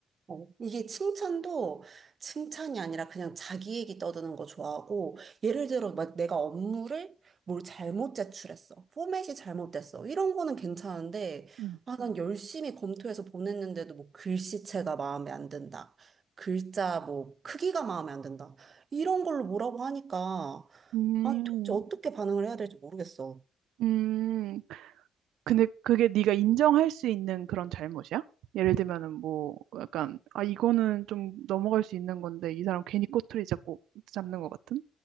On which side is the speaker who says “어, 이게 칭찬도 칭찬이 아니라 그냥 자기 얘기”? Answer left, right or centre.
Right